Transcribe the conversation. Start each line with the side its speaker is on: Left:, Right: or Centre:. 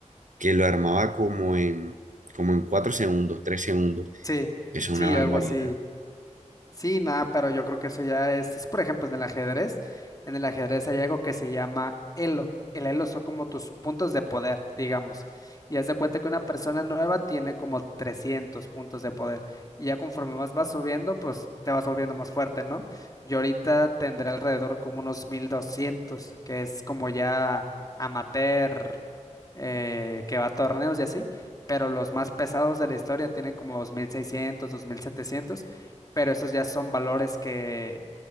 Right: que lo armaba como en, como en cuatro segundos, tres segundos.
Left: Sí,
Right: Eso
Left: sí,
Right: es una barbaridad.
Left: algo así. Sí, nada, pero yo creo que eso ya es, es, por ejemplo, en el ajedrez, en el ajedrez hay algo que se llama elo. El elo son como tus puntos de poder, digamos. Y haz de cuenta que una persona nueva tiene como 300 puntos de poder. Y ya conforme más vas subiendo, pues te vas volviendo más fuerte, ¿no? Yo ahorita tendré alrededor como unos 1200, que es como ya amateur, eh, que va a torneos y así. Pero los más pesados de la historia tienen como dos dos mil seiscientos, dos mil setecientos pero esos ya son valores que,